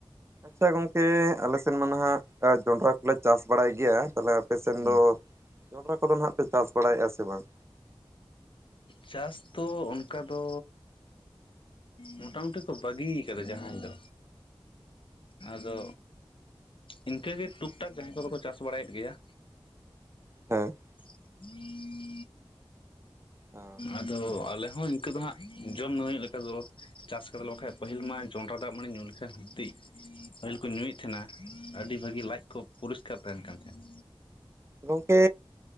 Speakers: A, on the right; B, on the left.
A: ᱟᱪᱪᱷᱟ ᱜᱚᱝᱠᱮ ᱟᱞᱮ ᱥᱮᱱ ᱢᱟ ᱱᱟᱦᱟᱜ ᱡᱚᱱᱰᱨᱟ ᱠᱚᱞᱮ ᱪᱟᱥ ᱵᱟᱲᱟᱭ ᱜᱮᱭᱟ ᱛᱟᱞᱦᱮ ᱟ ᱯᱮ ᱥᱮᱱ
B: ᱦᱩᱸ
A: ᱫᱚ ᱡᱚᱸᱰᱨᱟ ᱠᱚᱫᱚ ᱱᱟᱦᱟᱜ ᱯᱮ ᱪᱟᱥ ᱵᱟᱲᱟᱭᱮᱫᱼᱟ ᱥᱮ ᱵᱟᱝ?
B: ᱪᱟᱥ ᱫᱚ ᱚᱱᱠᱟ ᱫᱚ ᱢᱚᱴᱟᱢᱩᱴᱤ ᱠᱚ ᱵᱟᱹᱜᱤ ᱟᱠᱟᱫᱟ ᱡᱟᱦᱟᱸᱭ ᱫᱚ᱾ ᱟᱫᱚ ᱤᱱᱠᱟᱹᱜᱮ ᱴᱩᱠ ᱴᱟᱠ ᱡᱟᱸᱦᱟᱭ ᱠᱚᱫᱚ ᱠᱚ ᱪᱟᱥ ᱵᱟᱲᱟᱭᱮᱫ ᱜᱮᱭᱟ᱾
A: ᱦᱮᱸ᱾
B: <inaudible>
A: ᱦᱮᱸ
B: ᱟᱫᱚ ᱟᱞᱮᱦᱚᱸ ᱤᱱᱠᱟᱹ ᱫᱚ ᱦᱟᱸᱜ ᱡᱚᱢ ᱱᱟᱹᱣᱟᱹᱭᱚᱜ ᱞᱮᱠᱟ ᱫᱚ᱾ ᱪᱟᱥ ᱠᱟᱫᱟᱞᱮ ᱵᱟᱠᱷᱟᱡ ᱯᱟᱹᱦᱤᱞ ᱢᱟ ᱡᱚᱸᱱᱰᱨᱟ ᱫᱟᱜ ᱢᱟᱹᱲᱤ ᱧᱩ ᱞᱮᱠᱷᱟᱱ ᱦᱩᱛᱤᱜ᱾ ᱯᱟᱹᱦᱤᱞ ᱠᱚ ᱧᱩᱭᱮᱜ ᱛᱟᱦᱮᱱᱟ ᱟᱰᱤ ᱵᱷᱟᱹᱜᱤ ᱞᱟᱡᱽ ᱠᱚ ᱯᱚᱨᱤᱥᱠᱟᱨ ᱛᱟᱦᱮᱱ ᱠᱟᱱ ᱛᱟᱦᱮᱱᱟ᱾
A: ᱜᱚᱢᱠᱮ